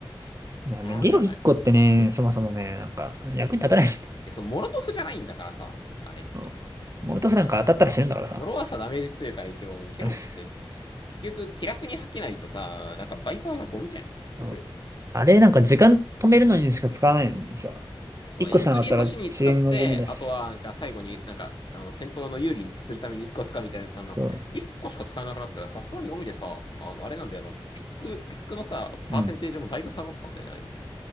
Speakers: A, on the right; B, on the left.
A: いやね、
B: うんじゃない。
A: ゲロ1個ってね、そもそもね、なんか、役に立たない。
B: え、そう、モロトフじゃないんだからさ、あれって。
A: <laughs> うん。モルトフなんか当たったら死ぬんだからさ。
B: モロはさ、ダメージ強いからいいけど、ゲロって
A: <laughs>
B: 結局気楽に吐けないとさ、なんかバイパーがゴミじゃん、結局。
A: うんあれ、なんか時間止めるのにしか使わないのにさ。
B: え、そう、
A: 1個しかなかったら遅延のゴミだし。
B: エントリー阻止に使って、あとはなんか最後になんか、あの、戦闘の有利にするために1個使うみたいだったのなんか、
A: そう
B: 1個しか使えなくなってたらさすがにゴミでさ、あの、あれなんだよ、あの、ピック、ピックのさ、パーセンテージもだいぶ下がったんだよね、
A: ん。うん
B: あいつ。